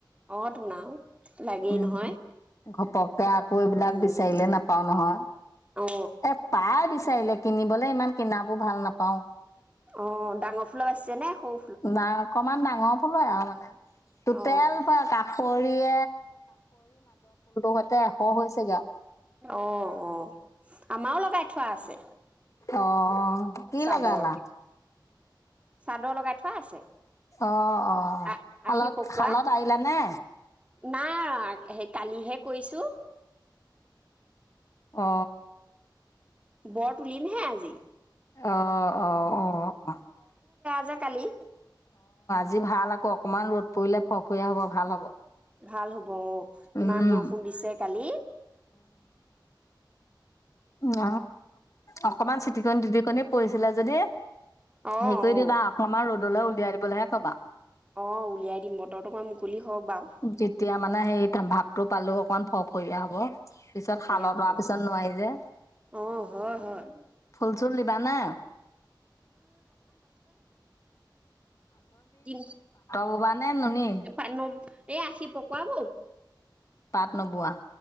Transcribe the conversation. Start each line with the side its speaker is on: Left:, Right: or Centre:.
Right: অ তোন আৰু লাগেই
Left: উম
Right: নহয়
Left: ঘপককে আকৌ এইবিলাক
Right: উম
Left: বিচাৰিলে নাপাও নহয়
Right: অ অ
Left: এ পাই বিচাৰিলে কিনিবলে ইমান ভাল নাপাওঁ
Right: অ ডাঙৰ ফুলপাইছে নে সৌ
Left: ন অকমান ডাঙৰ পুলো আৰু মানে টোোতেল
Right: অ
Left: প কাষৰ প সৈতে এশ হৈছেগে আৰু
Right: অ অ আমাও লগাই থ খোৱা আছে
Left: অ কি
Right: চাদৰ
Left: লগালালা
Right: চাদৰ লগাই থাক চ আছে
Left: অঁ অ
Right: আ
Left: শালত
Right: আশী পকোৱা
Left: শালত আহিলাানে
Right: নাই সেই কালিহে কৈছো
Left: অ
Right: বৰ ত তুলিম হে আজি-
Left: অ অ অ অ
Right: আজিকালি
Left: যি ভাল অকণমান ৰ'দ পৰিলে ভ পয়া হ'ব ভাল হ'ব
Right: ভাল হব অ
Left: উম
Right: ইমান বৰষুণ দিছে কালি
Left: ন অকমান চিটিকনি টিতিকনি পৰিছিলে যদি
Right: অ
Left: হেই কৰি
Right: অ
Left: দিবা অকমাৰ ৰ'দ লৈ উলিয়াই দিবলৈহে কবা।
Right: অ উলিয়াই দিম বতৰ ত মই মুকলি। হওক বাৰু
Left: যেতিয়া মানে সেই ভাৱ টো পালো অকমান ফটফৰিয়া হব পিছত
Right: সফৰীয়া
Left: শালতৱাৰ
Right: হব
Left: পিছত নোৱাৰি যে
Right: অ হয় হয়
Left: ফুল চুল দিবানে।
Right: তি
Left: বোবা নে নুনী
Right: পান এ আশী পকুৱাব
Left: পাট নবোৱা